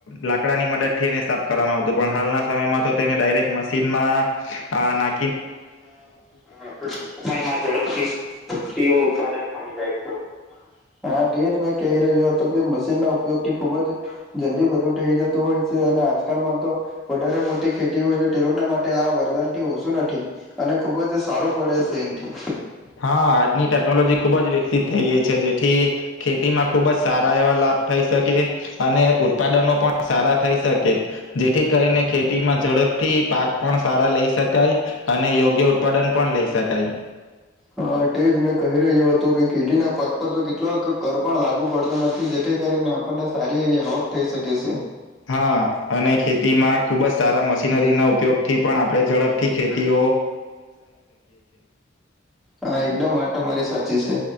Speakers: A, on the left (about 85°); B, in the centre.
A: લાકડાની મદદ ઠી એને સાફ કરવામાં આવતું પણ હાલના સમયમાં તો તેને ડાયરેક્ટ મશીનમાં હા ના
B: <inaudible> ઝડપથી સી ઉત્પાદન મળી જાય છે હા તેજ મે કહી રહ્યો તો કે મશીન ના ઉપયોગથી ખુબ જ જલ્દી બધું થઈ જતું હોય છે અને આજકાલમાં તો વધારે મોટી ખેતી હોય તો તે લોકોના માટે આ વરદાન થી ઓશું નથી અને ખુબ જ સારું પડે છે એથી
A: હા આજની ટેકનોલોજી ખુબ જ વિકસિત થઈ ગઈ છે જેથી ખેતીમાં ખુબ જ સારા એવા લાભ થઈ શકે અને ઉત્પાદનો પણ સારા થઈ શકે જેથી કરીને ખેતીમાં ઝડપથી પાક પણ સારા લઈ શકાય અને યોગ્ય ઉત્પાદન પણ લઈ શકાય
B: હા તે જ મેં કહી રહ્યો હતું કે કીડીના પાક પર તો કેટલોક કર પણ લાગુ પડતો નથી જેથી કરીને આપણને સારી એવી આવક થઈ શકે છે
A: હા અને ખેતીમાં ખુબ જ સારા મશીનરી ના ઉપયોગ થી પણ આપડે ઝડપથી ખેતી
B: <inaudible> હા એકદમ વાતો મારી સાચી છે